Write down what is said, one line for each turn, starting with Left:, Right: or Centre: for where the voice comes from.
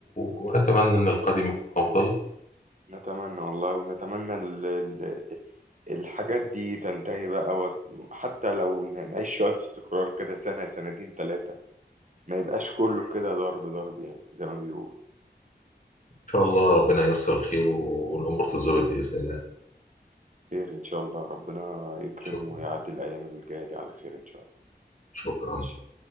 Left: ونتمنى ان القادم يكون افضل
Right: نتمنى والله ونتمنى ال ال الحاجات دي تنتهي بقى وت- حتى لو ن- نعيش شوية استقرار كده سنة سنتين ثلاثة ما يبقاش كله كده ضرب ضرب يعني زي ما بيقولوا
Left: ان شاء الله ربنا ييسر الخير والامور تتظبط باذن الله
Right: خير إن شاء الله ربنا يكرم
Left: شكرا
Right: ويعدي الأيام اللي جاية دي على خير إن شاء الله
Left: شكرا
Right: ماشي